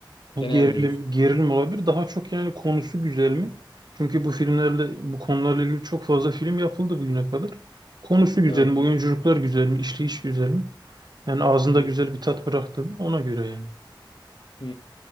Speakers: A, on the right; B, on the left.
A: Yani
B: genel
A: Gerilim,
B: diyorsun.
A: gerilim olabilir. Daha çok yani konusu güzel mi? Çünkü bu filmlerle, bu konularla ilgili çok fazla film yapıldı bugüne kadar. Konusu güzel
B: Evet.
A: mi? Oyunculuklar güzel mi? işleyiş güzel mi? Yani ağzında
B: Hı.
A: güzel bir tat bıraktı mı? Ona göre yani.
B: Hı.